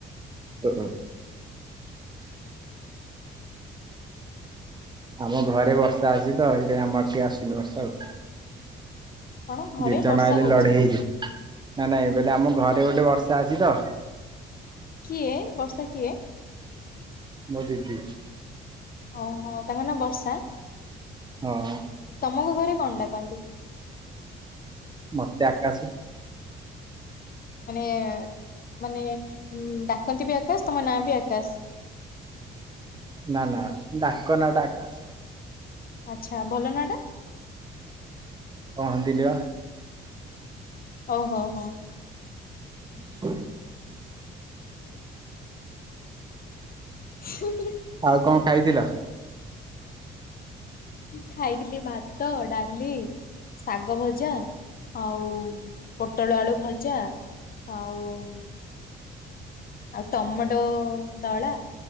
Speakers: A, on the right; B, on the left.
A: ଓ। ଆମ ଘରେ ବର୍ଷା ଅଛି ତ ହେଇଥି ପାଇଁ ଆମର ଟିକେ ଆସୁନି ବର୍ଷା ଆଉ।
B: କଣ ଘରେ
A: ଦି ଜଣ
B: ବର୍ଷା
A: ଆଇଲେ
B: ହଉଛି
A: ଲଢେଇ ହେଇଯିବ। ନାଇଁ ନାଇଁ ମୁଁ କଇଲି ଆମ ଘରେ ଗୋଟେ ବର୍ଷା ଅଛି ତ।
B: କିଏ ବର୍ଷା କିଏ?
A: ମୋ ଦିଦି।
B: ଓ ହୋ ତାଙ୍କ ନାଁ ବର୍ଷା?
A: ହଁ।
B: ତମକୁ ଘରେ କଣ ଡାକନ୍ତି?
A: ମତେ ଆକାଶେ।
B: ମାନେ ମାନେ ଉଁ ଡାକନ୍ତି ବି ଆକାଶ ତମ ନାଁ ବି ଆକାଶ।
A: ନା ନା ଡାକ ନା ଟା ଆକସ।
B: ଆଚ୍ଛା ଭଲ ନା ଟା?
A: କହନ୍ତିନି ବା।
B: ଓ ହୋ ହୋ।
A: <unintelligible>
B: ହୁଁ।
A: ଆଉ କଣ ଖାଇଥିଲ?
B: ଖାଇଥିଲି ଭାତ ଡାଲି। ଶାଗ ଭଜା ଆଉ ପୋଟଳ ଆଳୁ ଭଜା। ଆଉ। ଆଉ ଟମାଟୋ ଦଳା